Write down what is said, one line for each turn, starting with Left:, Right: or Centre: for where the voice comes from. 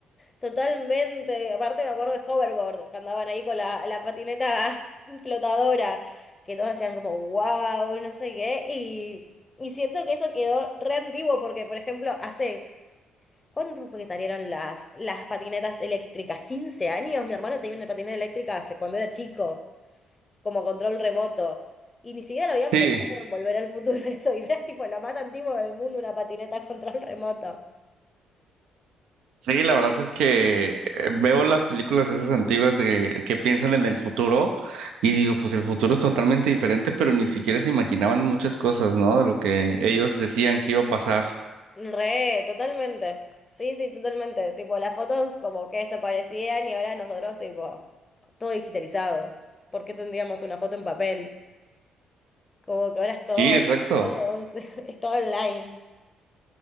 Left: Totalmente, aparte me acuerdo de hoverboard, que andaban ahí con la, la patineta <laughs> flotadora, que todos hacían como wow, no sé qué, y, y siento que eso quedó re antiguo porque, por ejemplo, hace, ¿cuánto fue que salieron las, las patinetas eléctricas? quince años? Mi hermano tenía una patineta eléctrica hace cuando era chico, como control remoto, y ni siquiera lo habían
Right: Sí.
Left: pensado en volver al futuro <laughs> eso, y ahora es tipo lo más antiguo del mundo, una patineta <laughs> a control remoto.
Right: Sí, la verdad es que eh, veo las películas esas antiguas de que piensan en el futuro y digo, pues el futuro es totalmente diferente, pero ni siquiera se imaginaban muchas cosas, ¿no? De lo que ellos decían que iba a pasar.
Left: Re, totalmente. Sí, sí, totalmente. Tipo, las fotos como que desaparecían y ahora nosotros, tipo, todo digitalizado. ¿Por qué tendríamos una foto en papel? Como que ahora es todo,
Right: Sí, exacto.
Left: todo, <laughs> es todo online.